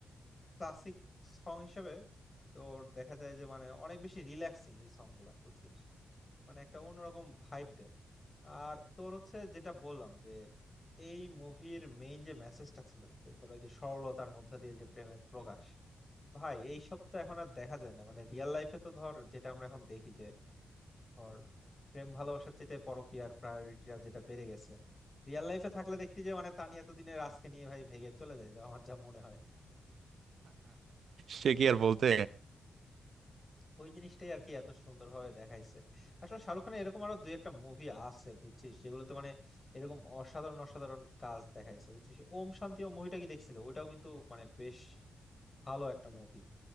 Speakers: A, on the left; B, on the right.
A: ক্লাসিক সং হিসেবে তোর দেখা যায় যে মানে অনেক বেশি রিল্যাক্সিং এই সং গুলা বুঝছিস মানে একটা অন্যরকম ভাইব দেয় আর তোর হচ্ছে যেটা বললাম যে এই মুভির মেইন যে মেসেজটা ছিল যে তোর ওই যে সরলতার মধ্যে দিয়ে যে প্রেমের প্রকাশ ভাই এইসব তো এখন আর দেখা যায় না মানে রিয়েল লাইফে তো ধর যেটা আমরা এখন দেখি যে ধর প্রেম ভালোবাসার চাইতে পরকীয়ার প্রায়োরিটিটা যেটা বেড়ে গেছে রিয়েল লাইফে থাকলে দেখতে যে মানে তানি এতদিনে রাজকে নিয়ে ভাই ভেগে চলে যায় আমার যা মনে হয়
B: সে কি আর বলতে
A: ওই জিনিসটাই আর কি এত সুন্দরভাবে দেখাইছে আসলে শাহরুখ খানের এরকম আরো দুই একটা মুভি আছে বুঝছিস যেগুলোতে মানে এরকম অসাধারণ অসাধারণ কাজ দেখাইছে বুঝছিস ওম শান্তি ওম মুভিটা কি দেখছিলে ওইটাও কিন্তু মানে বেশ ভালো একটা মুভি